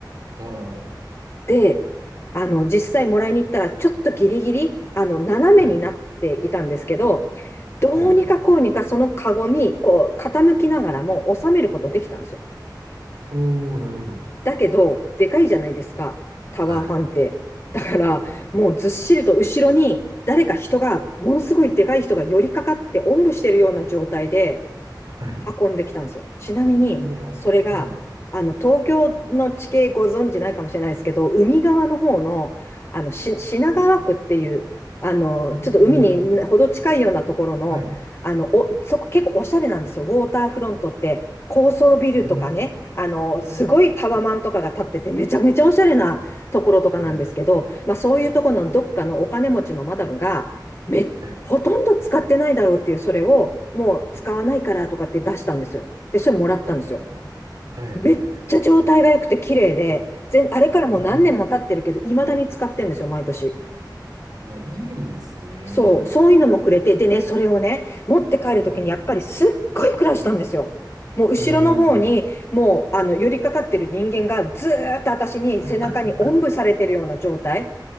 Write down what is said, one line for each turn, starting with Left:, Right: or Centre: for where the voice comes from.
Right: は
Left: で、あの、実際もらいに行ったら、ちょっとギリギリ、あの、斜めになっていたんですけど、
Right: あはい。
Left: どうにかこうにかそのカゴに、
Right: うんうん
Left: こう、傾きながらも収めることできたんですよ。
Right: うん。おー、なるほど。
Left: だけど、でかいじゃないですか、タワーファンって。
Right: はい。
Left: だから、
Right: はい。
Left: もうずっしりと後ろに、誰か人が、ものすごいでかい人が寄りかかって、おんぶしてるような状態で、
Right: はい。
Left: 運んできたんですよ。ちなみに、
Right: うわー。
Left: それが、
Right: はい。
Left: あの、東京の地形ご存知ないかもしれないですけど、海側の方の、あの、し品川区っていう、
Right: うん。
Left: あの、
Right: うーん。
Left: ちょっと海にほど近いようなところの、
Right: はい。
Left: あの、お、そこ結構おしゃれなんですよ。ウォーターフロントって、高層ビルとかね、
Right: うー
Left: あの、すごいタワマンとかが建ってて、
Right: ん。
Left: めちゃめちゃおしゃれなところとかなんですけど、
Right: はい。
Left: まあそういうところのどっかのお金持ちのマダムが、めっほとんど使ってないだろうっていう、
Right: はい。
Left: それを、もう使わないからとかって出したんですよ。で、それもらったんですよ。
Right: はあ。はいはいはいはいはい。
Left: めっちゃ状態が良くて綺麗で、全、あれからもう何年も経ってるけど、
Right: うん。
Left: 未だに使ってるんですよ、毎年。
Right: うわ、いいですね。
Left: そう、そういうのもくれて、でね、それをね、持って帰るときにやっぱりすっごい苦労したんですよ。
Right: はい。
Left: もう後ろの方に、
Right: うーん。
Left: もう、あの、寄りかかってる人間がずーっと私に背中におんぶされてるような状態。
Right: <laughs>